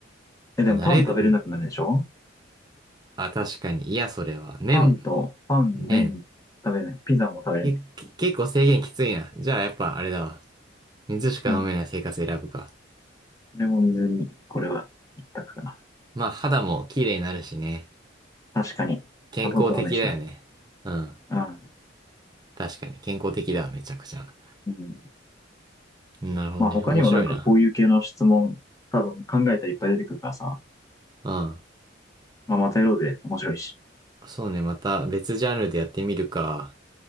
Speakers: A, on the left; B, on the right.
A: え、でもパン食べれなくなるでしょ
B: 慣れる、んあ、確かに。いや、それは。麺、
A: パンと、パン、
B: 麺。
A: 麺、食べれない。ピザも食べれない。
B: け、け結構制限きついな。じゃあやっぱあれだわ。水しか飲めない生活選ぶか。
A: うん。これも水に、これは一択かな。
B: まあ肌も綺麗になるしね。
A: 確かに。
B: 健康的だよね。
A: 砂糖取らないしな。
B: うん。
A: うん。
B: 確かに健康的だわ、めちゃくちゃ。
A: うん。
B: うんなるほどね。
A: まあ他にもなんかこういう系の質問、
B: 面白いな。
A: 多分考えたらいっぱい出てくるからさ。
B: うん。
A: まあまたやろうで面白いし。
B: そうね、また別ジャンルでやってみるか。